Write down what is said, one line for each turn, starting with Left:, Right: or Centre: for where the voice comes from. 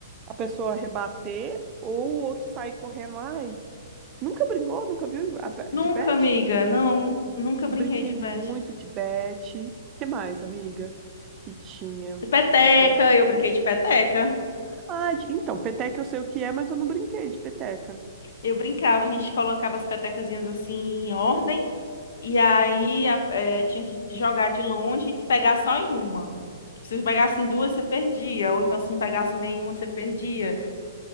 Right: a pessoa rebater, ou o outro sair correndo. Ai, nunca brincou? Nunca viu a be-
Left: Nunca,
Right: de bet?
Left: amiga. Não. Nunca brinquei
Right: Brinquei
Left: de
Right: muito
Left: Beth.
Right: de bet. que mais, amiga? Que tinha.
Left: Peteca,
Right: É,
Left: eu brinquei de peteca.
Right: Ah, de- então, peteca eu sei o que é, mas eu não brinquei de peteca.
Left: Eu brincava, a gente colocava as petecazinhas assim em ordem, e aí a- eh, tinha que jogar de longe e pegar só em uma. Se você pegasse em duas, você perdia, ou então se não pegasse nenhuma, você perdia.